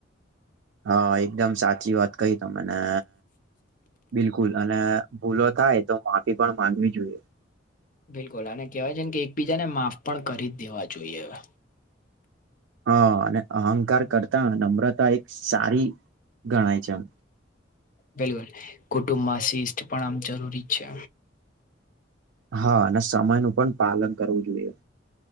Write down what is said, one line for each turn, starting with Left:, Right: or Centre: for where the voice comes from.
Right: હા, એકદમ સાચી વાત કહી, તો મને બિલકુલ અને ભૂલો થાય, તો માફી પણ માંગવી જોઈએ.
Left: બિલકુલ, અને કેહેવાય છે કે, એકબીજાને માફ પણ કરી જ દેવા જોઈએ હવે.
Right: હ, અને અહંકાર કરતા, નમ્રતા એક સારી ગણાય છે, એમ.
Left: બિલકુલ, કુટુંબમાં શિસ્ત પણ આમ જરૂરી છે.
Right: હા, અને સમય નું પણ પાલન કરવું જોઈએ.